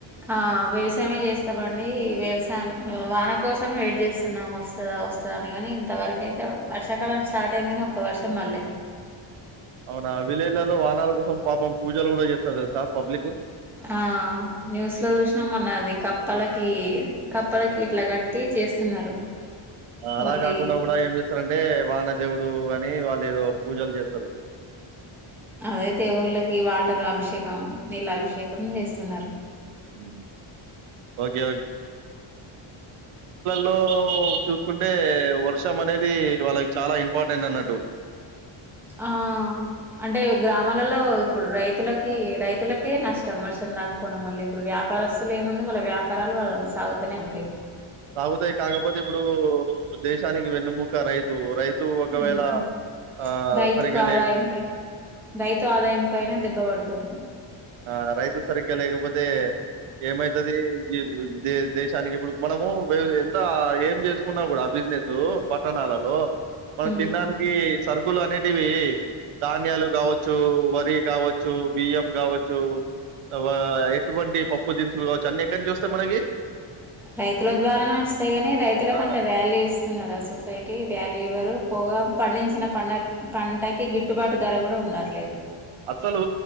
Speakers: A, in the centre; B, on the right.
A: ఆ వ్యవసాయమే చేస్తామండి వ్యవసాయం వాన కోసం వెయిట్ చేస్తున్నాం వస్తదా వస్తదని కాని ఇంతవరక అయితే వర్షాకాలం స్టార్ట్ అయింది కానీ ఒక్క వర్షం పల్లే
B: అవునా విలేజ్లలో వానాల కోసం పాపం పూజలు కూడా చేస్తారు తెలుసా పబ్లిక్
A: ఆ న్యూస్ లో చూసినమ్ మొన్న అది కప్పలక్ కి కప్పలకి ఇట్లా కట్టి చేస్తున్నారు
B: ఆ అలా
A: మళ్ళీ
B: కాకుండా కూడా ఏం చేస్ స్తారంటే వానదేవుడు అని వాళ్ళు ఏదో పూజలు చేస్తారు
A: అదే దేవుళ్ళకి వాటరు అభిషేకం నీళ్ళ అభిషేకం చేస్తున్నారు
B: హ్మ్. ఓకే లో చూసుకుంటే వర్ వర్షం అనేది వాళ్ళకి చాలా ఇంపార్టెంట్ అన్నట్టు
A: ఆ అంటే గ్రామాలలో ఇప్పుడు రైతులకి రైతులకే నష్టం వర్షం రాకపోవడం వల్ల ఇప్పుడు వ్యాపారస్తులు ఏముంది వాళ్ళ వ్యాపారాలు సాగుతనే ఉంటాయి
B: సాగుతాయి కాకపోతే ఇప్పుడు దేశానికి వెన్నుముక్క రైతు రైత్ సో ఒకవేళ
A: మ్మ్
B: ఆ
A: రైతుకు
B: సరిగా
A: ఆదాయంపై
B: లేక్
A: రైతు ఆదాయం పైన దెబ్బ పడుతుంది
B: ఆ రైతు సరిగ్గా లేకపోతే ఏమైతది దే దేశానికి ఇప్పుడు మనము మా ఎంత ఏం చేసుకున్నా కూడా బిజినెస్ పట్టణాలలో మనకి
A: మ్మ్
B: తినడానికి సరుకులు అనేటివి ధాన్యాలు కావచ్చు వరి కావచ్చు బియ్యం కావచ్చు వ ఎటువంటి పప్పు దినుసులు కావచ్చు అన్నీ ఎక్కడి నుంచి వస్తాయి మనకి
A: రైతుల ద్వారానే వస్తాయి గాని రైతులకు
B: ఆ
A: అంత వాల్యూ ఇస్తున్నారా సొసైటీ వ్యాలవరు పోగా పండించిన పంట పంటకి గిట్టుబాటు ధర కూడా ఉండట్లేదు
B: అసలు